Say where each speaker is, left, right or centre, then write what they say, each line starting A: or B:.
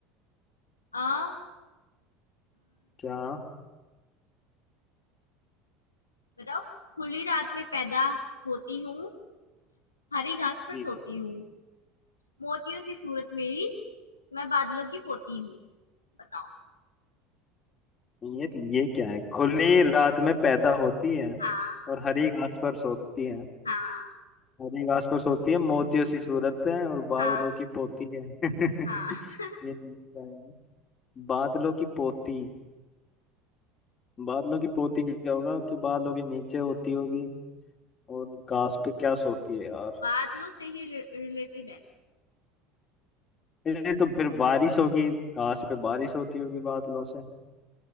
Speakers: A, on the left; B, on the left.
A: आ,
B: क्या
A: बताओ खुली रात में पैदा होती हूँ हरी घास पर
B: ठीक
A: सोती
B: है
A: हूँ मोतियों सी सूरत मेरी मैं बादलों की पोती हूँ बताओ
B: यार ये क्या है खुली रात में पैदा होती है
A: हाँ
B: और हरी घास पर सोती है
A: हाँ
B: हरी घास पर सोती है मोतियों सी सूरत है और बादलों
A: हाँ
B: की पोती है <laughs>
A: हाँ
B: ये ये क्या है? बादलों की पोती बादलों की पोती क्या होगा कि बादलों के नीचे होती होगी और घास पे क्या सोती है यार
A: बादलों से ही रिलेटेड है
B: ये तो फिर बारिश होगी घास पे बारिश होती होगी बादलों से